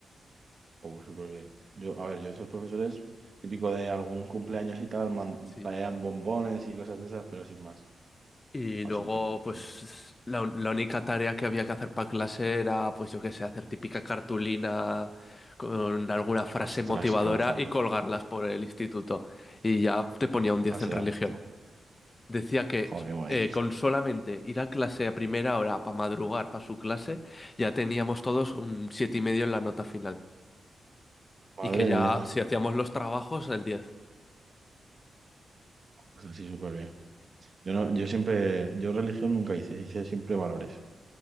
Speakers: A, on the right (about 40°); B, on the left (about 25°).
A: guapo, súper bien. Yo, a ver, yo esos profesores, típico de algún cumpleaños y tal, man-
B: Sí.
A: traían bombones y cosas de esas, pero sin más.
B: Y
A: Ah,
B: luego,
A: súper, chu-
B: pues,
A: súper.
B: la, un- la única tarea que había que hacer para clase era, pues, yo qué sé, hacer típica cartulina con alguna frase
A: guay. Ostras,
B: motivadora
A: qué gozada.
B: y colgarlas por el instituto. Y ya te ponía un diez
A: Así
B: en religión.
A: da gusto.
B: Decía que
A: Joder, qué guay.
B: eh, con solamente ir a clase a primera hora para madrugar para su clase, ya teníamos todos un siete y medio en la nota final.
A: Madre
B: Y que ya,
A: mía,
B: si hacíamos los trabajos, el diez
A: pues así súper bien. Yo no, yo siempre, yo religión nunca hice, hice siempre valores.